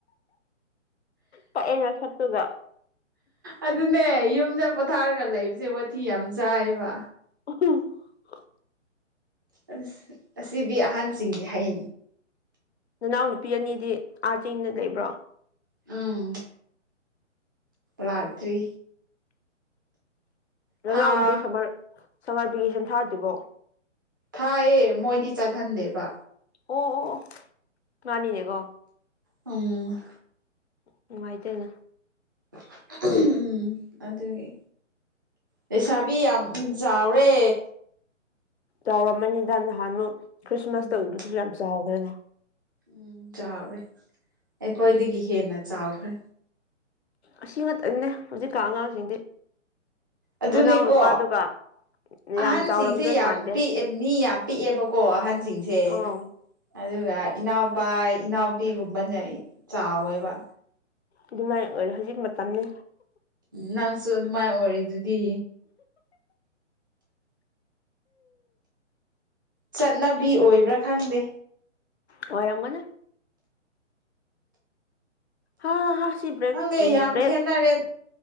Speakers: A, on the left (about 60°); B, on the right (about 15°).
A: ꯄꯥꯀꯦ ꯅꯥꯁꯀ ꯇꯨꯒꯥ
B: ꯑꯗꯨꯅꯦ ꯌꯨꯝꯗ ꯄꯣꯊꯥꯔꯒ ꯂꯩꯕꯁꯦ ꯋꯥꯊꯤ ꯌꯥꯝ ꯆꯥꯏꯕ
A: <unintelligible>
B: ꯑꯁ ꯑꯁꯤꯗꯤ ꯑꯍꯟꯁꯤꯡꯒꯤ ꯍꯥꯏ
A: ꯅꯅꯥꯎ ꯅꯨꯄꯤ ꯑꯅꯤꯗꯤ ꯑꯥ ꯆꯤꯡꯗ ꯂꯩꯕ꯭ꯔꯣ
B: ꯎꯝ ꯂꯛꯇꯔꯤ
A: ꯅꯅꯥꯎꯄꯤ
B: ꯊꯥ
A: ꯁꯝꯃꯔ ꯁꯝꯃꯔ ꯚꯦꯀꯦꯁꯟ ꯊꯥꯗ꯭ꯔꯤꯕꯣ
B: ꯊꯥꯏꯌꯦ ꯃꯣꯏꯗꯤ ꯆꯠꯍꯟꯗꯦꯕ
A: ꯑꯣ ꯑꯣ ꯃꯥꯅꯤꯅꯦꯀꯣ
B: ꯎꯡ
A: ꯅꯨꯡꯉꯥꯏꯇꯦꯅ
B: <unintelligible> ꯎꯝ ꯑꯗꯨꯒꯤ ꯂꯩꯁꯥꯕꯤ ꯌꯥꯝ ꯆꯥꯎꯔꯦ
A: ꯆꯥꯎꯔꯝꯃꯅꯤꯗ ꯅꯍꯥꯟꯃꯨꯛ ꯈ꯭ꯔꯤꯁꯃꯥꯁ
B: ꯎꯝ
A: ꯇꯧꯕꯗꯁꯨ ꯌꯥꯝ ꯆꯥꯎꯈ꯭ꯔꯦꯅꯦ
B: ꯎꯝ ꯆꯥꯎꯔꯦ ꯑꯩꯈꯣꯏꯗꯒꯤ ꯍꯦꯟꯅ ꯆꯥꯎꯈ꯭ꯔꯦ
A: ꯑꯁꯤ ꯉꯛꯇꯅꯦ ꯍꯧꯖꯤꯛꯀꯥꯟ ꯑꯉꯥꯡꯁꯤꯡꯗꯤ
B: ꯑꯗꯨꯅꯦꯀꯣ
A: ꯅꯅꯥꯎ ꯅꯨꯄꯥꯗꯨꯒ
B: ꯑꯍꯟꯁꯤꯡꯁꯦ
A: ꯌꯥꯝ ꯆꯥꯎꯔꯝꯗꯣꯏ
B: ꯌꯥꯝ
A: ꯃꯥꯟꯗꯦ
B: ꯄꯤꯛꯑꯦ ꯃꯤ ꯌꯥꯝ ꯄꯤꯛꯑꯦꯕꯀꯣ ꯑꯍꯟꯁꯤꯡꯁꯦ
A: ꯑꯧ
B: ꯑꯗꯨꯒ ꯏꯅꯥꯎꯄꯥ ꯏꯅꯥꯎꯄꯤꯒꯨꯝꯕꯅ ꯆꯥꯎꯋꯦꯕ
A: ꯑꯗꯨꯃꯥꯏꯅ ꯑꯣꯏꯔꯣ ꯍꯧꯖꯤꯛ ꯃꯇꯝꯅꯤ
B: ꯅꯪꯁꯨ ꯑꯗꯨꯃꯥꯏ ꯑꯣꯏꯔꯤꯗꯨꯗꯤ ꯆꯠꯅꯕꯤ ꯑꯣꯏꯕ꯭ꯔꯥ ꯈꯪꯗꯦ
A: ꯑꯣꯢꯔꯝꯒꯅꯤ ꯍꯥꯥ ꯍꯥ ꯁꯤ ꯕ꯭ꯔꯦꯛ
B: ꯈꯪꯗꯦ
A: ꯎꯝ
B: ꯌꯥꯝ
A: ꯕ꯭ꯔꯦꯗ
B: ꯈꯦꯠꯅꯔꯦ